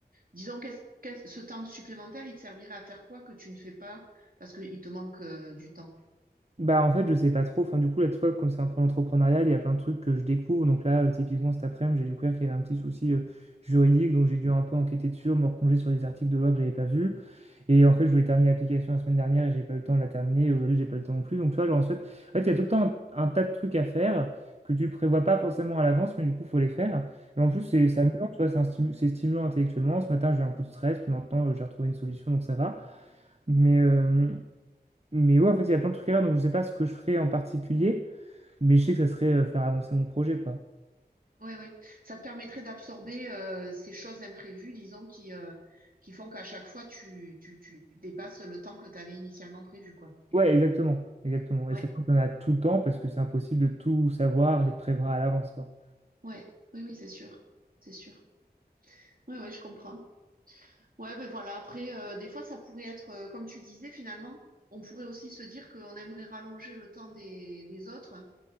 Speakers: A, on the right; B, on the right.
A: disons qu'est-ce qu'est-ce- ce temps supplémentaire, il te servirait à faire quoi que tu ne fais pas parce qu'il te manque euh, du temps.
B: Bah, en fait, je sais pas trop. Enfin, du coup, là, tu vois, comme c'est un projet entrepreneurial, il y a plein de trucs que je découvre. Donc là, euh, typiquement, cet après-midi, j'ai découvert qu'il y avait un petit souci euh, juridique. Donc j'ai dû un peu enquêter dessus, me replonger sur des articles de loi que j'avais pas vus. Et en fait, je voulais terminer l'application la semaine dernière et j'ai pas eu le temps de la terminer. Et aujourd'hui, j'ai pas eu le temps non plus. Donc tu vois, genre, en fait, en fait, il y a tout le temps un, un tas de trucs à faire que tu prévois pas forcément à l'avance, mais du coup, faut les faire. Et en plus, c'est c'est amusant, tu vois, c'est un stimu- c'est stimulant intellectuellement. Ce matin, j'ai eu un coup de stress, puis maintenant, euh, j'ai retrouvé une solution, donc ça va. Mais, euh, mais ouais, en fait, il y a plein de trucs à faire, donc je sais pas ce que je ferais en particulier, mais je sais que ça serait euh, faire avancer mon projet, quoi.
A: Oui, oui. Ça te permettrait d'absorber euh, ces choses imprévues, disons, qui, euh, qui font qu'à chaque fois, tu, tu, tu dépasses le temps que tu avais initialement prévu, quoi.
B: Ouais, exactement, exactement.
A: Ouais,
B: Et sachant qu'il y en a tout le temps, parce que c'est impossible de tout savoir et de prévoir à l'avance, quoi.
A: ouais, oui, oui, c'est sûr. C'est sûr. Oui, oui, je comprends. Ouais, ben voilà, après, euh, des fois, ça pourrait être, euh, comme tu disais, finalement, on pourrait aussi se dire qu'on aimerait rallonger le temps des, des autres